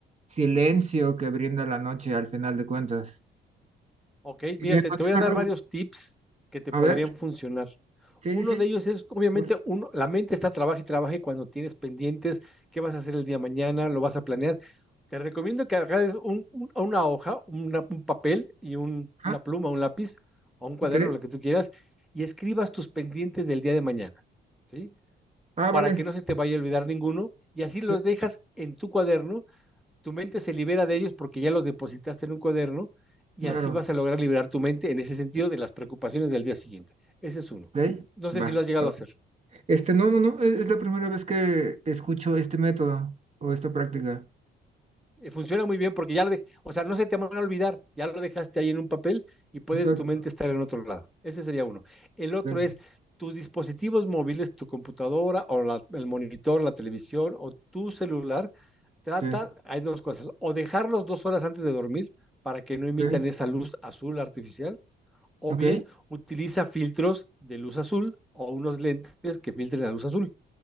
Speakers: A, on the right; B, in the centre.
A: silencio que brinda la noche al final de cuentas.
B: Ok,
A: Y
B: mírate,
A: me funciona
B: te voy a dar
A: luego.
B: varios tips que te
A: A
B: podrían
A: ver,
B: funcionar.
A: sí,
B: Uno
A: sí, sí.
B: de ellos es, obviamente,
A: Por-
B: uno, la mente está trabaja y trabaja y cuando tienes pendientes, qué vas a hacer el día de mañana, lo vas a planear. Te recomiendo que hagas un- un- una hoja, una- un papel y un-
A: ajá,
B: una pluma, un lápiz o un cuaderno,
A: ok.
B: lo que tú quieras, y escribas tus pendientes del día de mañana, ¿sí?
A: Ah,
B: Para
A: vale.
B: que no se te vaya a olvidar ninguno y así
A: Sí,
B: los dejas en tu cuaderno, tu mente se libera de ellos porque ya los depositaste en un cuaderno y
A: claro.
B: así vas a lograr liberar tu mente en ese sentido de las preocupaciones del día siguiente. Ese es uno.
A: Ok,
B: No
A: Va.
B: sé si lo has llegado
A: va.
B: a hacer.
A: Este, no, no, no. Es, es la primera vez que escucho este método o esta práctica.
B: eh, funciona muy bien porque ya lo de, o sea, no se te van a olvidar, ya lo dejaste ahí en un papel y puede
A: Exacto.
B: tu mente estar en otro lado. Ese sería uno. El otro
A: Venga,
B: es tus dispositivos móviles, tu computadora o la, el monitor, la televisión o tu celular. Trata,
A: Sí.
B: hay dos cosas, o dejarlos dos horas antes de dormir para que no emitan
A: Ok.
B: esa luz azul artificial, o
A: Ok.
B: bien utiliza filtros de luz azul o unos lentes que filtren la luz azul.